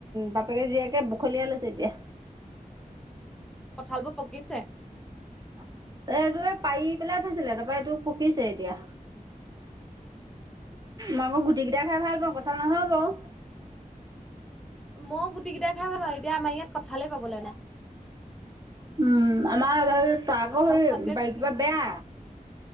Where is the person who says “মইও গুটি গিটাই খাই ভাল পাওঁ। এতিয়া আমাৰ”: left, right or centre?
Centre